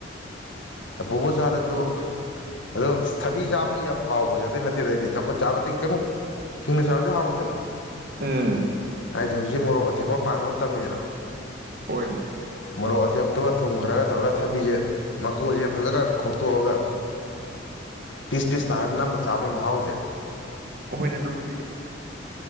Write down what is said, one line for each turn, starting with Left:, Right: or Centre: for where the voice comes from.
Left: ꯆꯝꯐꯨꯠꯕꯨ ꯆꯥꯔꯁꯨ ꯑꯗꯨꯝ ꯊꯥꯕꯤ ꯆꯥꯕꯒꯤ ꯌꯥꯝ ꯍꯥꯎꯕꯁꯦ ꯑꯇꯩ ꯅꯠꯇꯦꯗ ꯑꯩꯗꯤ ꯆꯝꯐꯨꯠ ꯆꯥꯕꯗꯤ ꯀꯦꯝ ꯍꯤꯡꯅ ꯆꯥꯔꯁꯨ ꯍꯥꯎꯋꯤꯗꯅ
Right: ꯎꯝ
Left: ꯍꯥꯏꯗꯤ ꯍꯧꯖꯤꯛ ꯃꯣꯔꯣꯛ ꯑꯇꯦꯛꯄ ꯄꯥꯟꯕ ꯃꯇꯝꯅꯤꯅ
Right: ꯄꯣꯏ
Left: ꯃꯣꯔꯣꯛ ꯑꯇꯦꯛꯄꯗꯨꯒ ꯊꯨꯝꯈ꯭ꯔꯥꯒ ꯇꯧꯔꯒ ꯊꯥꯕꯤꯖꯦ ꯃ ꯀꯨꯁꯦ ꯐꯖꯅ ꯈꯣꯛꯇꯣꯛꯑꯒ ꯄꯤꯁ ꯄꯤꯁ ꯇꯥꯔꯒ ꯅꯝꯃꯥꯒ ꯆꯥꯕꯒꯤ ꯃꯍꯥꯎꯁꯦ
Right: ꯍꯣꯏꯅꯦ ꯑꯗꯨꯕꯨꯗꯤ